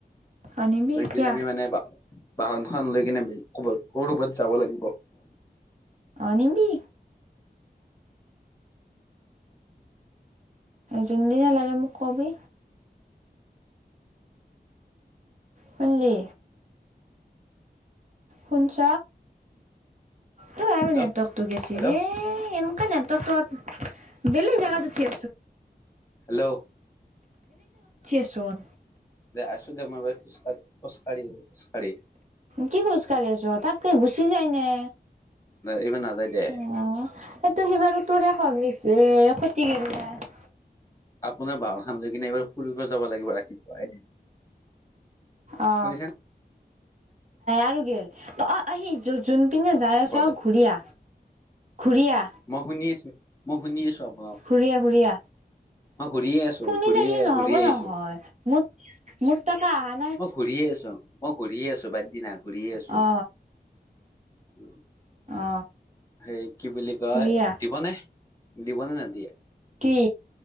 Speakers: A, on the right; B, on the left.
A: অ নিবি
B: একদিন
A: কিয়া
B: আমি মানে বাহনখান লৈ কেনে কবাত- ক'ৰবাত যাব লাগিব।
A: আনিবি যোনদিনা লাগে মোক ক'বি। শুনলি? শুনছ ত আৰু
B: হেল্ল'
A: নেটৱৰ্কটো গেছি
B: হেল্ল'
A: এন <unintelligible> বেলেগ জেগাত উঠি
B: হেল্ল'
A: আছোন।
B: আছো দে মই খুচকাঢ়ি, খুচকাঢ়ি, খুচকাঢ়ি
A: কি খোজকাঢ়ি আছ? তাতকে গুচি যা ইনে।
B: এইবাৰ নাযায় দে
A: <unintelligible>
B: আপোনাৰ বাহৰখন লৈ কিনে এইবাৰ ফুৰিব পৰা যাব লাগিব ৰাতিপুৱা এদিন।
A: অ
B: শুনিছে
A: আৰু গেল অ যো-যোন পিছে যায় আছ
B: নে?
A: ঘূৰিয়া ঘূৰিয়া
B: শুনি আছো, মই শুনি আছো আপ
A: ঘূৰিয়া ঘূৰিয়া
B: ঘূৰিয়ে আছো
A: শুনি
B: ঘূৰিয়ে
A: থাকিলে নহ'ব
B: ঘূৰি আহিছো
A: নহয় <unintelligible>
B: মই ঘূৰি আছো, মই ঘূৰিয়ে আছো বাদ দিনা ঘূৰিয়ে আছো।
A: অ অ
B: সেই কি বুলি কয়
A: ঘূৰিয়া
B: দিবনে? দিবনে নে দিয়ে?
A: কি?